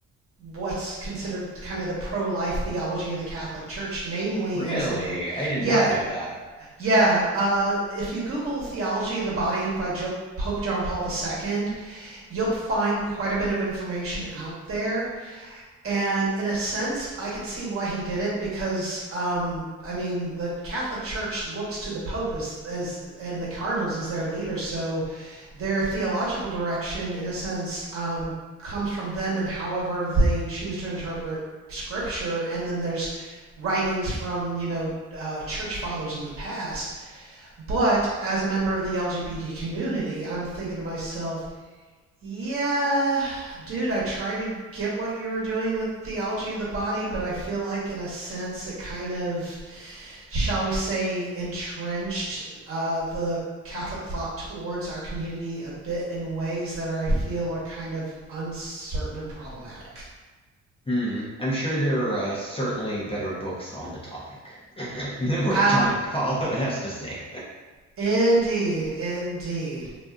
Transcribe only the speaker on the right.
what's considered kind of the pro-life theology of the Catholic Church, namely
in something.
Yeah,
yeah. Uh, if you Google theology of the body by jo- Pope John Paul II, you'll find quite a bit of information out there and in a sense, I could see why he did it because, um, I mean, the Catholic Church looks to the Pope as as and the cardinals as their leader, so their theological direction, in a sense, um, comes from them and however they choose to interpret Scripture. And then there's writings from you know uh, church fathers in the past. But as a member of the LGBT community, I'm thinking to myself, yeah, dude, I try to get what you were doing with theology of the body, but I feel like, in a sense, it kind of, shall we say, entrenched uh, the Catholic thought towards our community a bit in ways that are, I feel are kind of uncertain and problematic.
Uh,
indeed, indeed.